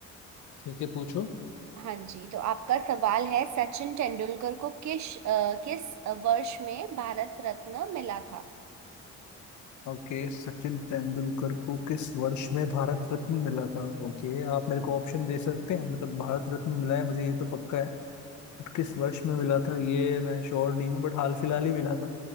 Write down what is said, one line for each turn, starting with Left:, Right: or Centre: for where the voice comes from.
Left: ठीक है पूछो
Right: हाँ जी तो आपका सवाल है सचिन तेंदुलकर को किस अ, किस वर्ष में भारत रत्न मिला था
Left: ओके सचिन तेंदुलकर को किस वर्ष में भारत रत्न मिला था ओके आप मेरे को ऑप्शन दे सकते हैं मतलब भारत रत्न मिला है मुझे ये तो पक्का है बट किस वर्ष में मिला था ये मैं श्योर नहीं हूँ बट हाल फिलहाल ही मिला था